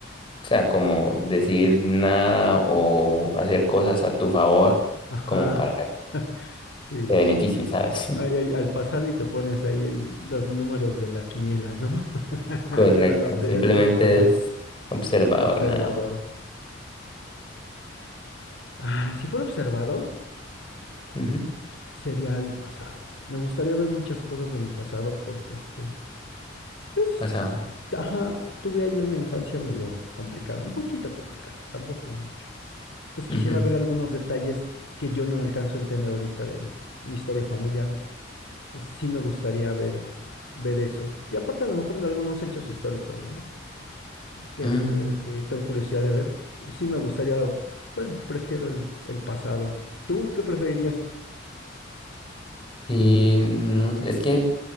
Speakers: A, on the left; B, on the left.
A: o sea, como decir nada o hacer cosas a tu favor
B: Ajá,
A: como para que
B: <laughs> sí.
A: te beneficien, ¿sabes?
B: Ay,
A: <laughs>
B: ay, al pasado y te pones ahí el- los números de la quiniela, ¿no? <laughs>
A: Correcto,
B: De la lotería,
A: simplemente
B: no, pues no.
A: es observador
B: Observador.
A: nada más.
B: Ah, si fuera observador,
A: Ujú,
B: sería el pasado. Me gustaría ver muchas cosas de mi pasado porque este, pues,
A: Pasado.
B: ajá, tuve ahí una infancia medio complicada, un poquito complicada, tampoco mucho. Entonces quisiera
A: Ujú,
B: ver algunos detalles que yo no alcanzo a entender ahorita de mi historia familiar. Entonces, sí me gustaría ver, ver eso. Y aparte a lo mejor de algunos hechos históricos, ¿no? Que,
A: ujú.
B: este, que tengo curiosidad de ver. Sí me gustaría, bueno, prefiero el, el pasado. ¿Tú qué preferirías?
A: Sí, no, es que,